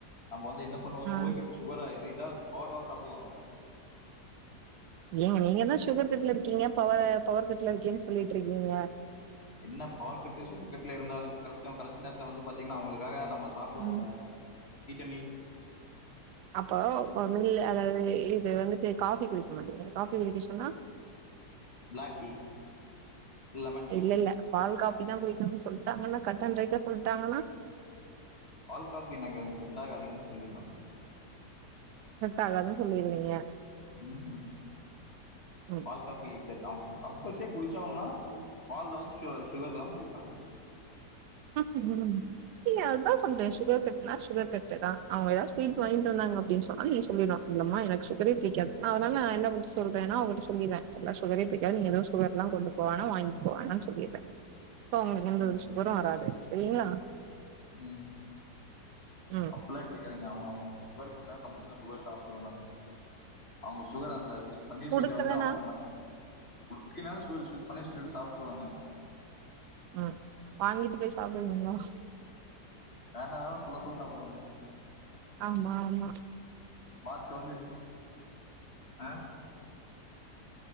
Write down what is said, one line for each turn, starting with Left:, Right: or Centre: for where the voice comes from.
Left: நம்ம வந்து என்ன பண்ணுவோ
Right: ஆ.
Left: சுகர் கட்டு சு சுகரா இது இதா பாவக்காவ சாப்டுவோ
Right: ஏங்க நீங்க தான் சுகர் கட்ல இருக்கீங்க பவ பவர் கட்ல இருக்கீங்கன்னு சொல்லிட்டு இருக்கீங்க
Left: என்ன பவர் கட்டு சுகர் கட்ல இருந்தாலுமே கடசா கடைசி நேத்துல வந்து பாத்தீங்கன்னா அவங்களுக்காக நம்ம சாப்டுவோம்ல
Right: ம்.
Left: ஈட்ட அ நீட்
Right: அப்போ மில்லு அதாது இது வந்துட்டு காஃபி குடிக்க மாட்டிங்க காஃபி குடிக்க சொன்னா
Left: பிளாக் டீ லெமன் டீ
Right: இல்ல இல்ல பால் காப்பி தான் குடிக்கணும்னு சொல்ட்டாங்கன்னா கட்டண் ரைட்டா சொல்ட்டாங்கன்னா
Left: பால் காப்பி எனக்கு அது செட் ஆகாதுங்கனு சொல்லி பாக்கு
Right: செட் ஆகாது சொல்லிருவீங்க
Left: ம் ம்
Right: ம்.
Left: பால் காபி ச கம்ப கம்பல்சரி குடிச்சம்ன்னா பால்ல வந்து சு சுகர் இல்லாம குடிப்ப
Right: ம் ரங்க அதா சொல்ற சுகர் கட்னா சுகர் கட்டுதா அவங்க எதாதுச் ஸ்வீட் வாங்கிட்டுவதாங்க அப்டின் சொன்னா நீங்க சொல்லிரனும் இல்லமா எனக்கு சுகரே பிக்காது நா அதனால என்ன ஒங்கிட்ட சொல்றே அவங்கட்ட சொல்லிற அதனால சுகரே புடிக்காது நீங்க எது சுகர்ல்லாம் கொண்டு போனா வாங்ட்டு போ வேண்டாம் சொல்லிற இப்போ எந்த
Left: ம்
Right: சுகரும் வராது சரிங்களா
Left: ம்
Right: ம்
Left: அப்பல்லா கெடை எதங்க அவங்க அவங்க சுகர் குடுத்தா கம்பல்சரி சுகர் சாப்டுவனானு அவங்க சுகர் அந்த பனீர்
Right: குடுக்கலனா
Left: ஸ்வீட் வந்து அவங்க குடுக்கலைனாலும் பனீர் ஸ்வீட் எடுத்து சாப்ட்ருவேங்க
Right: ம் வாங்கிட்டு போய் சாப்டுவீங்களா
Left: வேண்டா வேணா ச சொல்ல சொல்ல சாப்டுவேங்க
Right: ஆமா ஆமா
Left: பாக்ஸ் அ வந்து அ